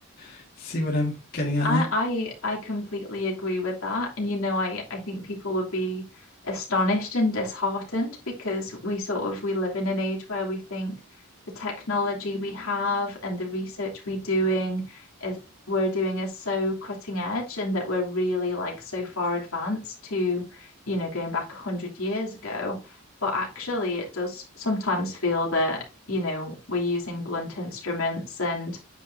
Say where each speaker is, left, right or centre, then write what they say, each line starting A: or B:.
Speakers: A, on the left; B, on the left.
A: <laughs> see what I'm getting at
B: I
A: there?
B: I I completely agree with that. And you know, I I think people would be astonished and disheartened because we sort of we live in an age where we think the technology we have and the research we doing is we're doing is so cutting edge and that we're really like so far advanced to, you know, going back a hundred years ago. But actually it does sometimes feel that, you know, we're using blunt instruments and